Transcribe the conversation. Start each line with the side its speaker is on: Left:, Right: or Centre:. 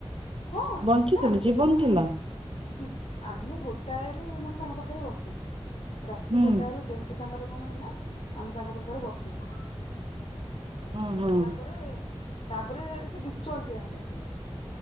Left: ହଁ
Right: ବଞ୍ଚିଥିଲେ
Left: ତା ଆଗରୁ
Right: ଜୀବନ
Left: କେତେ
Right: ଥିଲା
Left: ଆ, ଜିବ୍ ଆମେ ଗୋ ଟାଏ ରୁ ମାନେ ତାଙ୍କ ପାଖରେ ବସିଲୁ। ରାତି
Right: ହୁଁ
Left: ଗୋଟାଏ ରୁ ଦେହଟା ତାଙ୍କର କଣ ହେଲା ଆମେ ତାଙ୍କ ପାଖରେ ବସିଲୁ। ହଁ
Right: ଓହୋ
Left: ବସିଲା ପରେ ତାପରେ ସେ ବିଚଳତିଆ ହେଲେ ଖାଲି।